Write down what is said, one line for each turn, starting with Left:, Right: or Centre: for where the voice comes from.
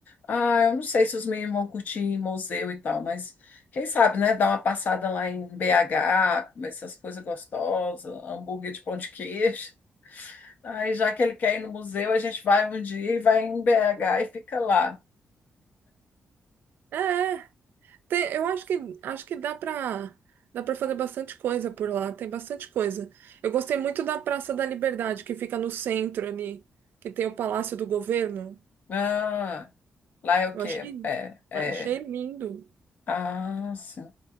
Left: ah, eu não sei se os meninos vão curtir em museu e tal, mas quem sabe, né? Dar uma passada lá em BH, comer essas coisas gostosas, hambúrguer de pão de queijo. Aí, já que ele quer ir no museu, a gente vai um dia e vai em BH e fica lá.
Right: É, é. Tem- eu acho que acho que dá pra dá para fazer bastante coisa por lá. Tem bastante coisa. Eu gostei muito da Praça da Liberdade, que fica no centro ali, que tem o Palácio do Governo.
Left: Ah, lá é o
Right: Eu
Left: quê?
Right: achei
Left: É, é.
Right: achei lindo.
Left: Ah, sim.